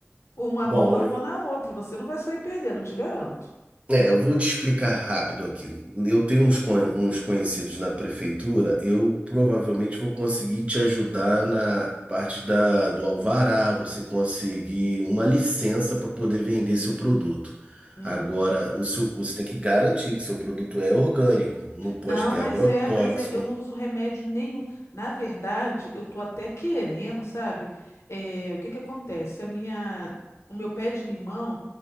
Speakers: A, on the left; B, on the right.
A: Uma
B: Bom,
A: mão lavando a outra. Você não vai sair perdendo, eu te garanto.
B: É, eu vou te explicar rápido aqui. Eu tenho uns, con- uns conhecidos na prefeitura, eu provavelmente vou conseguir te ajudar na parte da, do alvará, você conseguir uma licença para poder vender seu produto.
A: Hum.
B: Agora, o seu, você tem que garantir que seu produto é orgânico, não pode
A: Não,
B: ter
A: mas
B: agrotóxico.
A: é, mas é, eu não uso remédio nenhum. Na verdade, eu tô até querendo, sabe? É, o que que acontece? A minha, o meu pé de limão,